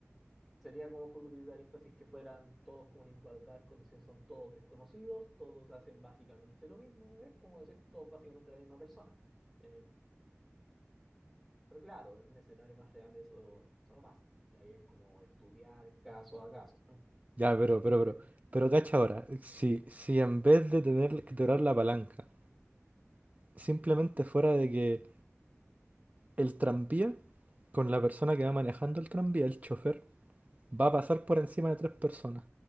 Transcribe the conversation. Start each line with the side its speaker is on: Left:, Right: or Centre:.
Centre: sería como full utilitarista si es que fueran todos como en igualdad de condiciones, son todos desconocidos, todos hacen básicamente lo mismo, es como decir todos básicamente la misma persona. Eh, pero claro, en un escenario más real eso, eso no pasa. Y ahí es como estudiar caso a caso.
Right: Ya, pero,
Centre: Así que
Right: pero, pero, pero cacha ahora, si, si en vez de tener que tirar la palanca, simplemente fuera de que el tranvía, con la persona que va manejando el tranvía, el chofer, va a pasar por encima de tres personas.